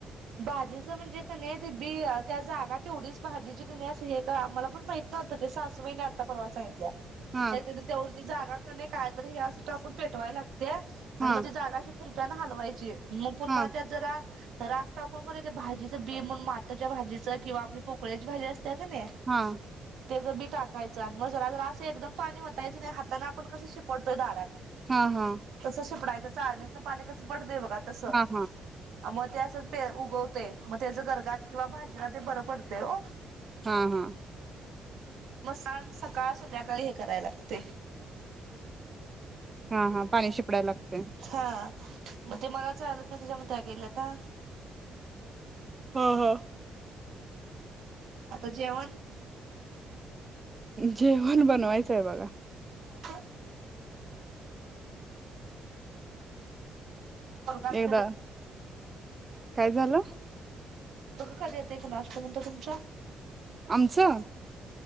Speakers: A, on the right; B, on the right.
A: भाजीचं म्हणजे कनी ते बी त्या जागा एवढीच भाजीची कणी अस हे आम्हाला पण माहित नव्हतं ते सासुबाईनी आता परवा सांगितलीया.
B: हा
A: त्या तिथं तेवढ ती जागा कनी काय तर हे असं टाकून पेटवाय लागत तीया
B: हा
A: आणि मग ते जागा श खुरप्यान हालवायची. मग पुन्हा
B: हा
A: त्यात जरा राख टाकून कनी भाजीचं बी म्हणन, माटच्या भाजीचं किंवा आपली पोकळी्याची भाजी अस असतीया कनी
B: हा
A: तेचं बी टाकायचं, आणि मग जरा जरा असं एकदम पाणी वताच नाही, हाताने आपण कसं शिपडतोय दारात
B: हा हा
A: तसं शिपडायंच. चालणीत पाणी कसं पडत कातास
B: हा हा
A: आ म ते उगवते मग त्याच गर्गात किंवा भाजीला ते बरं पडते हो
B: हा हा
A: म सण सकाळ संध्याकाळी हे कराय लागते
B: हा हा पाणी शिपडायला लागते
A: हा. मग ते मला चालंत नाही म्हणून त्या गेल्या का?
B: हा हा.
A: हं, आता जेवण?
B: जेवण बनवायचंय बघा.
A: अ <unintelligible> <unintelligible> पोरग
B: एकदा काय झालं
A: कधी येतये <unintelligible> म्हटल तुमचा
B: आमचं?